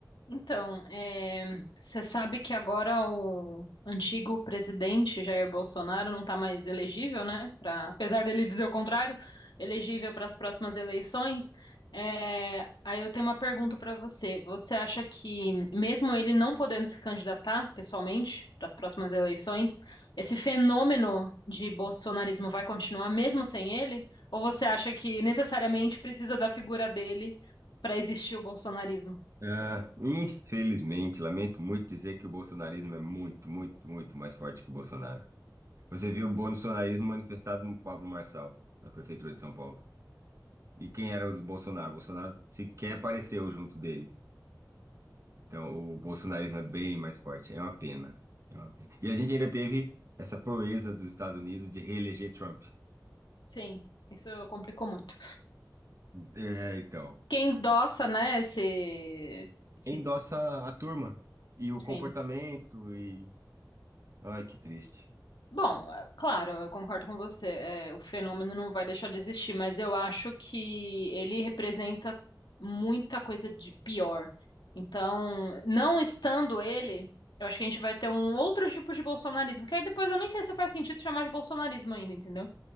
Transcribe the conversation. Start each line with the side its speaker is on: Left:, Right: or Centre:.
Left: Então, eh, você sabe que agora o antigo presidente Jair Bolsonaro não está mais elegível, né? Pra, apesar dele dizer o contrário, elegível para as próximas eleições. Eh, aí eu tenho uma pergunta para você. Você acha que, mesmo ele não podendo se candidatar pessoalmente para as próximas eleições, esse fenômeno de bolsonarismo vai continuar mesmo sem ele? Ou você acha que necessariamente precisa da figura dele para existir o bolsonarismo?
Right: Ah, infelizmente, lamento muito dizer que o bolsonarismo é muito, muito, muito mais forte que o Bolsonaro. Você viu o bolsonarismo manifestado no Pablo Marçal, na prefeitura de São Paulo. E quem era o Bolsonaro? O Bolsonaro sequer apareceu junto dele. Então, o bolsonarismo é bem mais forte. É uma pena. É uma pena. E a gente ainda teve essa proeza dos Estados Unidos de reeleger Trump.
Left: Sim, isso complicou muito.
Right: É, então,
Left: Quem endossa, né, esse, esse,
Right: endossa a turma e o
Left: sim.
Right: comportamento e... Ai, que triste.
Left: Bom, é, claro, eu concordo com você. é, o fenômeno não vai deixar de existir, mas eu acho que ele representa muita coisa de pior. Então, não estando ele, eu acho que a gente vai ter um outro tipo de bolsonarismo, que aí depois eu nem sei se faz sentido chamar de bolsonarismo ainda, entendeu?